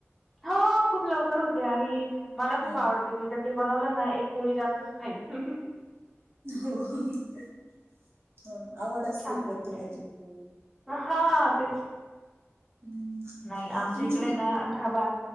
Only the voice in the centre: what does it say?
हा खूप लवकर होते आणि मला खूप
आवडते! ते मी तर ते बनवलं ना एक पोळी जास्तच खाईल.
छान लागतय
हा तेच!
नाही आमच्या
इकडे
ना ढाबा